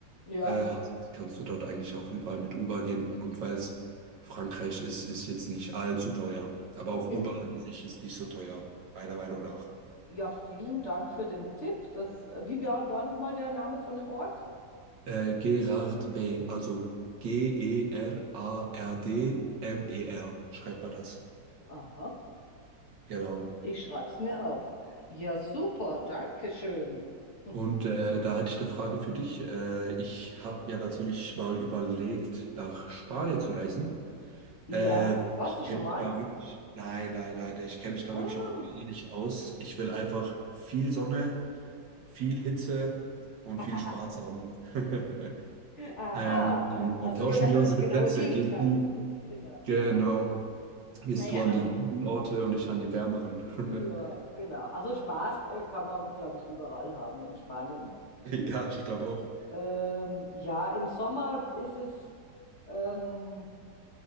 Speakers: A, on the left (about 40°); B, on the right (about 70°).
A: Ja.
B: äh, hast, kannst du dort eigentlich auch überall mit Uber gehen. Und weil es Frankreich ist, ist jetzt nicht allzu teuer. Aber
A: Okay.
B: auch Uber an sich ist nicht so teuer, meiner Meinung nach.
A: Ja, vielen Dank für den Tipp. Das, äh, wie war, war nochmal der Name von dem Ort?
B: Äh, Gerard B., also G-E-R-A-R-D-M-E-R, schreibt man das.
A: Aha,
B: Genau.
A: ich schreib's mir auf. Ja, super, danke schön. <laughs>
B: Und äh, da hätte ich eine Frage für dich. Äh, ich habe ja natürlich mal überlegt, nach Spanien zu reisen.
A: Ja,
B: Äh,
A: warst
B: ich
A: du
B: kenne
A: schon mal?
B: mich da wirklich, nein, nein, nein, ich kenne mich da
A: Oh.
B: wirklich auch gar nicht aus. Ich will einfach viel Sonne, viel Hitze und
A: <laughs>
B: viel Spaß haben. <laughs>
A: Aha,
B: Ähm, genau.
A: also
B: Tauschen
A: genau
B: wir
A: das
B: unsere
A: genaue
B: Plätze.
A: Gegenteil.
B: Gehst du,
A: <laughs> Genau.
B: genau, gehst
A: Naja,
B: du an
A: also,
B: die kühlen Orte und ich an die wärmeren. <laughs>
A: ja, genau. Also Spaß äh, kann man, glaube ich, überall haben in Spanien.
B: Ja, ich glaube auch.
A: Ähm, ja, im Sommer ist es. Ähm,